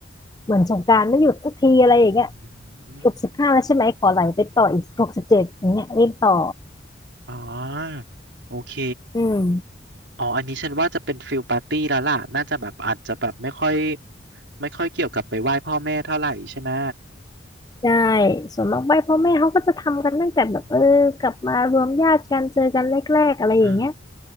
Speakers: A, on the left; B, on the right.
A: เหมือนสงกรานต์ไม่หยุดสักทีอะไรอย่างเงี้ย
B: อืม
A: จบสิบห้าแล้วใช่ไหมขอไหลไปต่ออีกหกสิบเจ็ดอย่างเงี้ยรีบต่อ
B: อ๋อโอเค
A: อืม
B: อ๋ออันนี้ฉันว่าจะเป็นฟิลปาร์ตี้แล้วล่ะน่าจะแบบอาจจะแบบไม่ค่อยไม่ค่อยเกี่ยวกับไปไหว้พ่อแม่เท่าไหร่ใช่ไหม
A: ได้ส่วนมากไปพ่อแม่เขาก็จะทำกันตั้งแต่แบบเออกลับมารวมญาติกันเจอกันแรกๆอะไรอย่างเงี้ย
B: อืมเออ